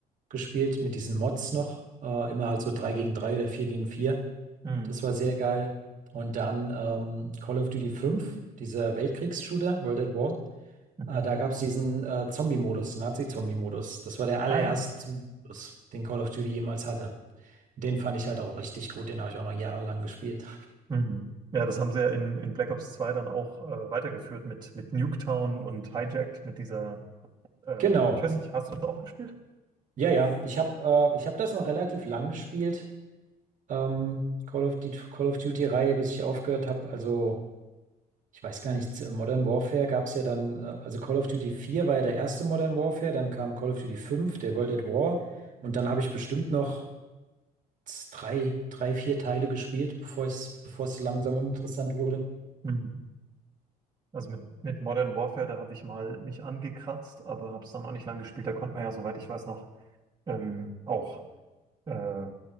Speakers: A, on the right (about 50°); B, on the right (about 25°).
A: gespielt mit diesen Mods noch. Äh, immer halt so 3 gegen 3 oder 4 gegen 4.
B: Mhm.
A: Das war sehr geil. Und dann ähm, Call of Duty 5, dieser Weltkriegs-Shooter, World at War.
B: Mhm.
A: Äh, da gab es diesen äh, Zombie-Modus, Nazi-Zombie-Modus. Das war der allererste
B: Ah ja.
A: Modus, den Call of Duty jemals hatte. Den fand ich halt auch richtig gut. Den habe ich auch noch jahrelang gespielt.
B: Mhm. Ja, das haben sie ja in, in Black Ops zwei dann auch äh, weitergeführt mit, mit Nuketown und Hijacked, mit dieser, äh,
A: Genau.
B: ich weiß nicht, hast du das auch gespielt?
A: Ja, ja. Ich habe äh, ich hab das noch relativ lang gespielt. ähm, Call of Duty, Call of Duty-Reihe, bis ich aufgehört habe. Also, ich weiß gar nicht, äh, Modern Warfare gab es ja dann, äh, also Call of Duty 4 war ja der erste Modern Warfare, dann kam Call of Duty 5, der World at War, und dann habe ich bestimmt noch z- drei, drei, vier Teile gespielt, bevor es, bevor es so langsam uninteressant wurde.
B: Mhm. Also mit, mit Modern Warfare, da habe ich mal mich angekratzt, aber habe es dann auch nicht lang gespielt. Da konnte man ja, soweit ich weiß, noch ähm, auch äh,